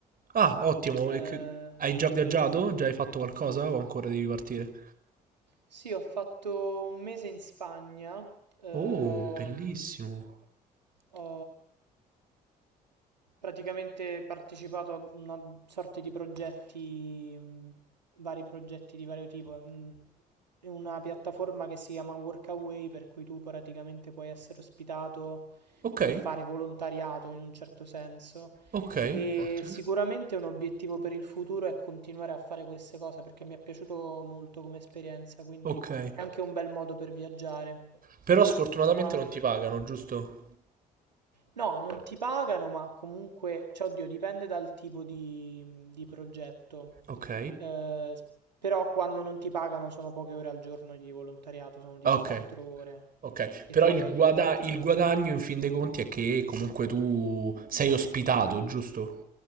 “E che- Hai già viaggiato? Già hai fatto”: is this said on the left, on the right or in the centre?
Right